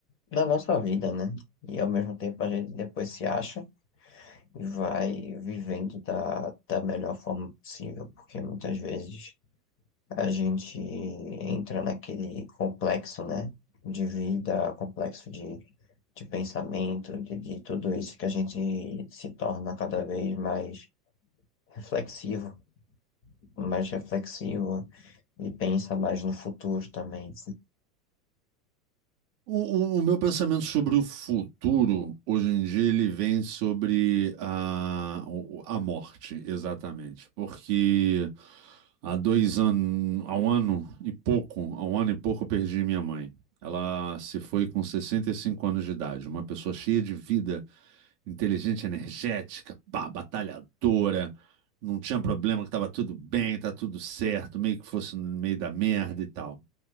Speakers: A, on the left; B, on the right.
A: da nossa vida, né? E ao mesmo tempo a gente depois se acha e vai vivendo da, da melhor forma possível, porque muitas vezes a gente entra naquele complexo, né, de vida, complexo de, de pensamento, de, de tudo isso que a gente se torna cada vez mais reflexivo, mais reflexivo e pensa mais no futuro também.
B: O, o- o meu pensamento sobre o futuro, hoje em dia, ele vem sobre a, o- a morte, exatamente. Porque Há dois anos, há um ano e pouco, há um ano e pouco eu perdi minha mãe. Ela se foi com 65 anos de idade, uma pessoa cheia de vida, inteligente, energética, pá, batalhadora, não tinha problema que estava tudo bem, tá tudo certo, meio que fosse no meio da merda e tal.